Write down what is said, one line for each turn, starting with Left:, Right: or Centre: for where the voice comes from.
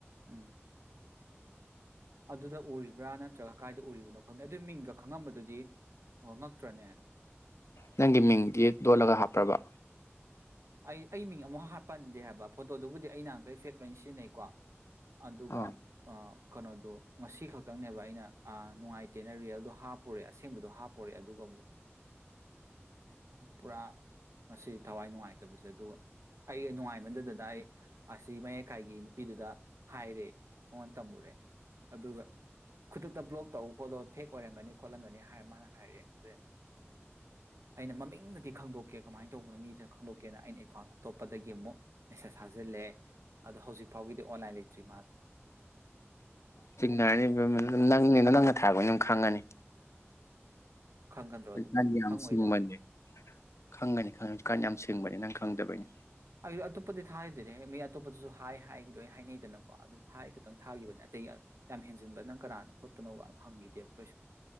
Right: ꯎꯝ ꯑꯗꯨꯗ ꯎꯔꯤꯕ꯭ꯔꯥ ꯅꯠꯇ꯭ꯔꯒ ꯀꯗꯥꯥꯏꯗ ꯎꯔꯤꯕꯅꯣ ꯈꯪꯗꯦ ꯑꯗꯨꯒꯤ ꯃꯤꯡꯒ ꯈꯪꯉꯝꯕꯗꯨꯗꯤ ꯑꯣ ꯉꯛꯇ꯭ꯔꯅꯦ
Left: ꯅꯪꯒꯤ ꯃꯤꯡꯗꯤ ꯂꯣꯠꯂꯒ ꯍꯥꯞꯄ꯭ꯔꯕ
Right: ꯑꯩ ꯑꯩ ꯃꯤꯡ ꯑꯃꯨꯛ ꯍꯥꯞꯄꯟꯗꯦ ꯍꯥꯏꯕ ꯐꯣꯇꯣꯗꯨꯕꯨꯗꯤ ꯑꯩ ꯅ ꯉꯈꯩ ꯐꯦꯛ ꯂꯣꯏꯅ ꯁꯤꯖꯤꯟꯅꯩꯀꯣ ꯑꯗꯨꯒ
Left: ꯑꯥ
Right: ꯑ ꯀꯩꯅꯣꯗꯣ ꯉ ꯈꯛꯇꯪꯅꯦꯕ ꯑꯩꯅ ꯅꯨꯡꯉꯥꯏꯇꯦꯅ ꯔꯤꯌꯦꯜꯗꯣ ꯍꯥꯞꯄꯣꯔꯦ ꯑꯁꯦꯡꯕꯗꯣ ꯍꯥꯞꯄꯣꯔꯑꯦ ꯑꯗꯨꯒꯕꯨ ꯄꯨꯔꯥ ꯃꯁꯤ ꯊꯋꯥꯏ ꯅꯨꯡꯉꯥꯏꯇꯦ ꯁꯦ ꯑꯗꯨꯒ ꯑꯩ ꯅꯨꯡꯉꯥꯏꯃꯟꯗꯨꯗꯨꯗ ꯑꯩ ꯑꯁꯤ ꯃꯌꯥꯏꯀꯥꯏꯒꯤ ꯅꯨꯄꯤꯗꯨꯗ ꯍꯥꯏꯔꯦ ꯃꯉꯥꯟ ꯇꯝꯃꯨꯔꯦ ꯑꯗꯨꯒ ꯈꯨꯗꯛꯇ ꯕ꯭ꯂꯣꯛ ꯇꯧ ꯈꯣꯠꯂ ꯐꯦꯛ ꯑꯣꯏꯔꯝꯒꯅꯤ ꯈꯣꯠꯂꯝꯒꯅꯤ ꯍꯥꯏꯔ ꯃꯥꯅ ꯍꯥꯏꯔꯛꯑꯦ ꯑꯗ ꯑꯩꯅ ꯃꯃꯤꯡꯗꯗꯤ ꯈꯪꯗꯣꯛꯀꯦ ꯀꯃꯥꯏꯅ ꯇꯧꯕꯅꯣ ꯃꯤꯗꯨꯅ ꯈꯪꯗ ꯀꯅ ꯑꯩꯅ ꯑꯦꯀꯥꯎꯟ ꯑꯇꯣꯞꯄꯗꯒꯤ ꯑꯃꯨꯛ ꯃꯦꯁꯦꯁ ꯊꯥꯖꯤꯜꯂꯦ ꯑꯗꯣ ꯍꯧꯖꯤꯛ ꯐꯥꯎꯒꯤꯗꯤ ꯑꯣꯟꯂꯥꯏꯟ ꯂꯩꯇ꯭ꯔꯤ ꯃꯥꯗꯣ
Left: ꯆꯅꯅꯤꯪ ꯅꯪꯅ ꯊꯥꯕ ꯑꯣꯏꯅ ꯑꯗꯨꯝ ꯈꯪꯉꯅꯤ
Right: ꯈꯪꯒꯗ꯭ꯔꯣ
Left: ꯍꯧꯖꯤꯛꯀꯥꯟꯗꯤ
Right: ꯑꯗꯨꯕꯣ
Left: ꯌꯥꯝ
Right: ꯈꯪꯉꯣꯏꯗ
Left: ꯁꯤꯡꯕꯅꯦ ꯈꯪꯒꯅꯤ ꯈꯪꯉꯅꯤ ꯍꯧꯖꯤꯀꯥꯟ ꯌꯥꯝ ꯁꯤꯡꯕꯅꯤ ꯅꯪ ꯈꯪꯗꯕꯩꯅꯤ
Right: ꯑꯩ ꯑꯇꯣꯞꯄꯗꯤ ꯊꯥꯈꯤꯗ꯭ꯔꯅꯦ ꯍ ꯃꯤ ꯑꯇꯣꯞꯄꯗꯁꯨ ꯍꯥꯏ ꯍꯥꯏꯗꯣꯏ ꯍꯥꯏꯅꯩꯗꯅꯀꯣ ꯑꯗꯨꯝ ꯍꯥꯏ ꯈꯈꯤꯛꯇꯪ ꯊꯥꯒꯤꯈꯤꯕꯅꯦ ꯑꯇꯩ ꯌꯥꯝ ꯍꯦꯟꯖꯤꯟꯕ ꯅꯪ ꯀꯅꯥꯅꯣ ꯈꯣꯠꯄꯅꯣꯒ ꯍꯪꯈꯤꯗꯦꯕ ꯀꯩꯁꯨ